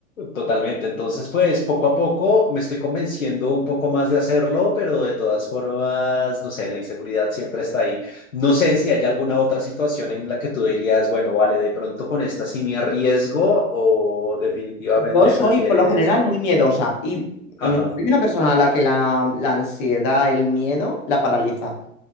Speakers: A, on the left; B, on the left.
A: Totalmente. Entonces, pues poco a poco me estoy convenciendo un poco más de hacerlo, pero de todas formas, no sé, la inseguridad siempre está ahí. No sé si hay alguna otra situación en la que tú dirías, bueno, vale, de pronto con esta sí me arriesgo o definitivamente
B: Yo soy,
A: prefieres
B: por lo general,
A: no.
B: muy miedosa y
A: Ajá,
B: mm, soy una persona a la que la, la ansiedad, el miedo, la paraliza.